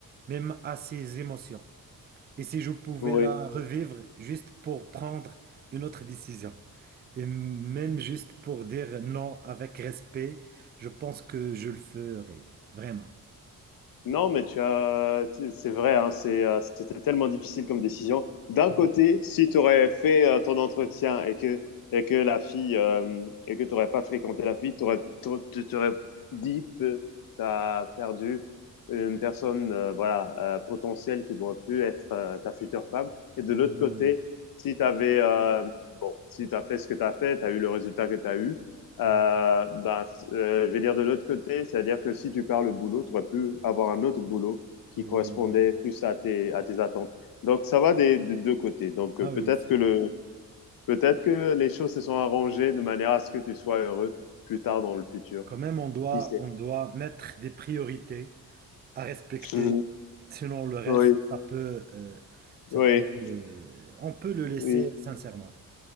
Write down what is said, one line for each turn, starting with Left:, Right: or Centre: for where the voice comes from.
Right: même à ses émotions. Et si je pouvais
Left: oui.
Right: la revivre juste pour prendre une autre décision, et même juste pour dire non avec respect, je pense que je le ferais, vraiment.
Left: Non, mais tu as, tu- c'est vrai, hein, c'est, euh, c'était tellement difficile comme décision. D'un
Right: Ah,
Left: côté,
Right: oui,
Left: si tu aurais fait euh, ton entretien et que, et que la fille, euh, et que tu n'aurais pas fréquenté la fille, t'aurais- t'aurais- tu t'aurais dit que tu as perdu une personne, euh, voilà, euh, potentielle qui aurait pu être euh, ta future femme. Et de l'autre
Right: oui,
Left: côté, si tu avais, bon, si tu as fait ce que tu as fait, tu as eu le résultat que tu as eu. Euh,
Right: oui.
Left: ben, euh, je vais dire de l'autre côté, c'est-à-dire que si tu perds le boulot, tu aurais pu avoir un autre boulot qui
Right: oui.
Left: correspondait plus à tes, à tes attentes. Donc, ça va des, des deux côtés. Donc,
Right: Ah
Left: euh, peut-être
Right: oui, c'est
Left: que le,
Right: vrai.
Left: peut-être que les choses se sont arrangées de manière à ce que tu sois heureux plus tard dans le futur.
Right: Quand même, on doit,
Left: Qui sait?
Right: on doit mettre des priorités à respecter.
Left: Mhm.
Right: Sinon, le reste,
Left: Oui,
Right: ça peut, euh, ça
Left: oui,
Right: peut, euh, on peut le laisser
Left: oui.
Right: sincèrement.